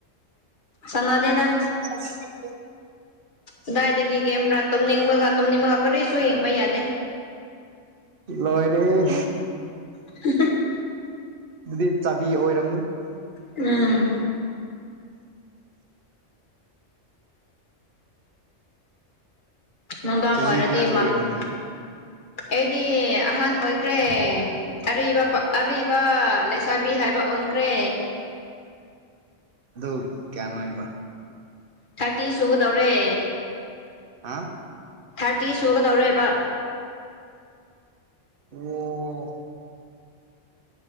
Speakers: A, on the left (about 40°); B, on the right (about 50°).
A: ꯁꯥꯅꯥꯗꯦꯗꯥ
B: <unintelligible>
A: ꯀꯗꯥꯏꯗꯥꯒꯤ ꯒꯦꯝꯔꯥ ꯇꯨꯝꯅꯤꯡꯕꯥꯒ ꯇꯨꯝꯅꯤꯡꯕꯥꯒ ꯀꯔꯤꯁꯨ ꯌꯦꯡꯕꯥ ꯌꯥꯗꯦ
B: ꯂꯣꯏꯔꯦꯍꯦ
A: <unintelligible>
B: ꯗꯨꯗꯤ ꯆꯥꯕꯤ ꯑꯣꯏꯔꯝꯅꯤ
A: ꯎꯝ ꯅꯨꯡꯗꯥꯡ
B: ꯆꯍꯤ
A: ꯑꯣꯏꯔꯗꯤ
B: ꯀꯌꯥ ꯁꯨꯔꯦ
A: ꯃꯝꯈ꯭ꯔꯦ
B: ꯅꯪꯒꯤ
A: ꯑꯩꯗꯤ ꯑꯍꯥꯟ ꯑꯣꯏꯈ꯭ꯔꯦ ꯑꯔꯤꯕ ꯄꯛ ꯑꯔꯤꯕ ꯂꯩꯁ ꯁꯥꯕꯤ ꯍꯥꯏꯕ ꯑꯣꯟꯈ꯭ꯔꯦ
B: ꯑꯗꯨ ꯀ꯭ꯌꯥꯅꯣ ꯍꯥꯏꯕ
A: ꯊꯥꯔꯇꯤ ꯁꯨꯒꯗꯧꯔꯦ
B: ꯍꯥ
A: ꯊꯥꯔꯇꯤ ꯁꯨꯒꯗꯧꯔꯦꯕ
B: ꯑꯣ